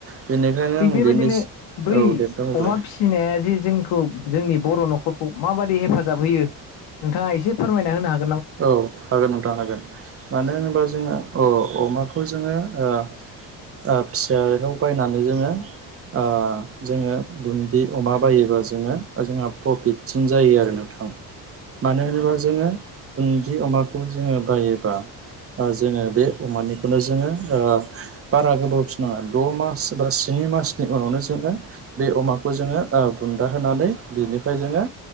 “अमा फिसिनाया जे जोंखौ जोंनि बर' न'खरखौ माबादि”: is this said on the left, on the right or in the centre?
Left